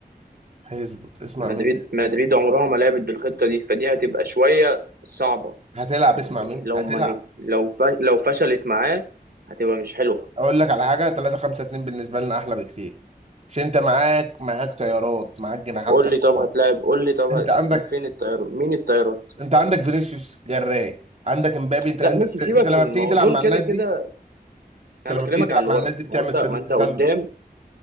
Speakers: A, on the right; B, on the right.
A: هيظبط اسمع
B: مدريد
A: مني
B: مدريد عمرها ما لعبت بالخطه دي فدي هتبقى شويه صعبه
A: هتلعب
B: يعني
A: اسمع مني
B: لو
A: هتلعب
B: ما نج... لو ف... لو فشلت معاه هتبقى مش حلوه
A: أقول لك على حاجة 3 5 2 بالنسبة لنا أحلى بكتير عشان أنت معاك معاك طيارات معاك جناحات
B: قول
A: طيارات
B: لي طب هتلاعب قول لي طب ه...
A: انت عندك
B: فين الطيار مين الطيارات
A: انت عندك فينيسيوس جراي عندك امبابي انت انت
B: لا ميسي سيبك
A: انت لما
B: من
A: بتيجي
B: ما هو
A: تلعب
B: دول
A: مع
B: كده
A: الناس
B: كده
A: دي انت
B: انا بكلمك
A: لما بتيجي تلعب
B: على اللي
A: مع
B: ورا
A: الناس دي بتعمل
B: ما هو انت
A: سيده
B: ما
A: تسلل
B: انت قدام